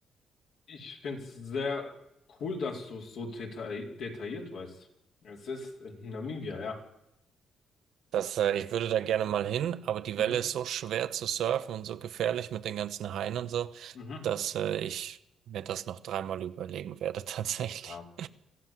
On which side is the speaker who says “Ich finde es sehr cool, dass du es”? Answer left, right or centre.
Left